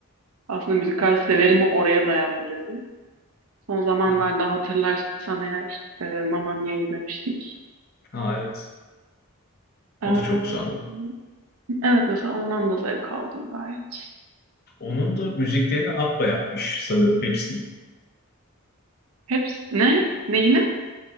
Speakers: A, on the right; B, on the left.
A: aslında müzikal severimi oraya dayandırıyorum. Son zamanlarda
B: hı.
A: hatırlarsan eğer e, Mamma Mia izlemiştik.
B: Ha evet.
A: E,
B: O da çok güzeldi.
A: evet mesela ondan da zevk aldım gayet.
B: Onun da müziklerini Abba yapmış sanırım hepsini.
A: Hepsi ne? Neyine?